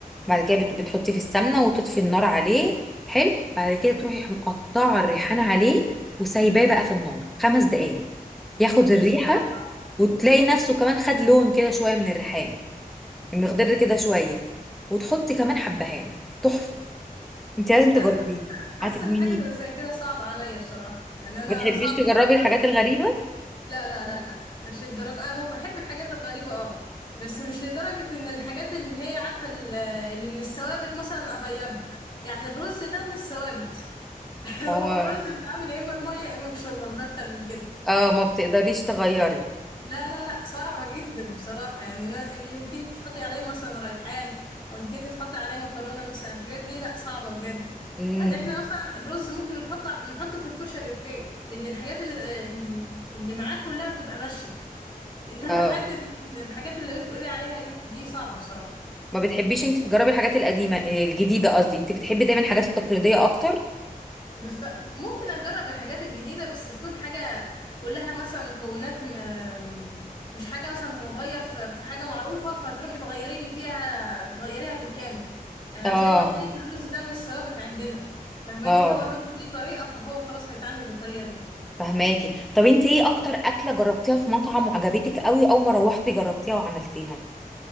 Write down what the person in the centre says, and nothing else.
بعد كده بت- بتحطيه في السمنه وتطفي النار عليه حلو بعد كده تروحي مقطعه الريحان عليه وسايباه بقى في النار خمس دقايق ياخد
الريحه وتلاقي نفسه كمان خد لون كده شويه من الريحان المخضر كده شويه وتحطي كمان
حبهان تحفه انت لازم
تجربيه
هتدمنيه
ما بتحبيش
تجربي
الحاجات
الغريبه
اه
اه ما بتقدريش تغيري
امم
اه
ما بتحبيش انت تجربي الحاجات القديمه الجديده قصدي انت بتحبي دايما الحاجات التقليديه اكتر
اه
اه
فهماكي طب انت ايه اكتر اكله جربتيها في مطعم وعجبتك قوي اول ما روحتي جربتيها وعملتيها